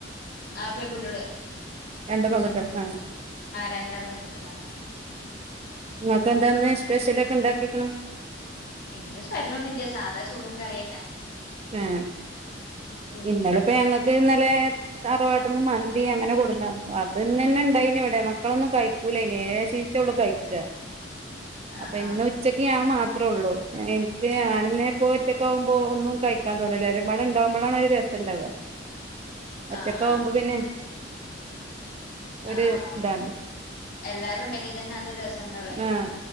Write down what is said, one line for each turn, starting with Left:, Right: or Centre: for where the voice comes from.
Left: ആ പെൺകുട്ടികളെ
Right: രണ്ട് പവൻ മറ്റും തന്നെ?
Left: രണ്ടാളും പെൺകുട്ടികളന്നെ
Right: ഇന്നത്തെ
Left: ഉം
Right: എന്താന്ന്
Left: ഉം
Right: സ്പെഷ്യൽ ഒക്കെ ഉണ്ടാക്കിക്കുന്നെ
Left: ഇന്നു സ്പെഷ്യൽ ഒന്നുല്ല സാദാ ചോറും കറീം തന്നെ
Right: ആ
Left: ഉം
Right: ഇന്നലെ
Left: ഉം
Right: ഞങ്ങക്ക് ഇന്നലെ തറവാട്ടീന്ന് മന്തി അങ്ങനെ കൊണ്ടുവന്നു അതു തന്നെ ഉണ്ടായിരുന്നുള്ളൂ ഇന്നിവിടെ മക്കളൊന്നും കഴിക്കൂല്ല ഇങ്ങനെയുള്ളയെ കഴിക്കുക
Left: ആഹ്
Right: അപ്പൊ
Left: ആഹ്
Right: ഇന്ന് ഉച്ചക്ക് ഞാൻ മാത്ര അത്രേ ഉള്ളൂ എനിക്ക് ഞാൻ തന്നെ ഇപ്പോൾ ഒറ്റക്കാകുമ്പോ ഒന്നും കഴി ക്കാൻ തോന്നില്ല ഒരുപാട് ഉണ്ടാവുമ്പോഴാണ് രസം ഉണ്ടാവുക ഒറ്റക്ക്
Left: ആഹ്
Right: ആവുമ്പോ പിന്നെ ഒരു
Left: ആ--എല്ലാരും
Right: ഇതാണ്
Left: ഉണ്ടെങ്കിൽ തന്നെ അത് ഒരു രസം ഉണ്ടാവും
Right: ആഹ്